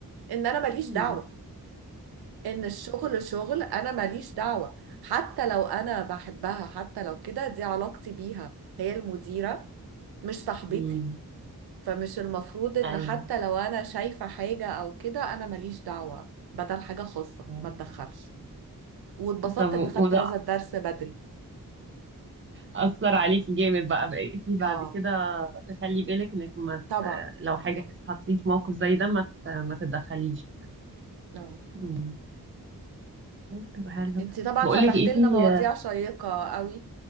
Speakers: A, on the right (about 80°); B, on the right (about 30°).
A: ان انا ماليش
B: امم
A: دعوة ان الشغل شغل انا ماليش دعوة حتى لو انا بحبها حتى لو كده دي علاقتي بيها هي المديرة مش صاحبتي
B: امم
A: فمش المفروض ان
B: <laughs> ايوه
A: حتى لو انا شايفة حاجة او كده انا ماليش دعوة بدل حاجة خاصة
B: آه.
A: ما تدخلش واتبسطت
B: طب
A: ان
B: و-
A: خدت
B: وده
A: هذا الدرس بدري
B: أثر عليكي جامد بقى بقيتي بعد
A: اه
B: كده تخلي بالك انك ما
A: طبعا
B: ت... لو حاجة اتحطيتي في موقف زي ده ما ت... ما تتدخليش يعني
A: اه
B: امم حلو حلو
A: انتي طبعا
B: بقول
A: فتحت
B: لك ايه في
A: لنا مواضيع شيقة قوي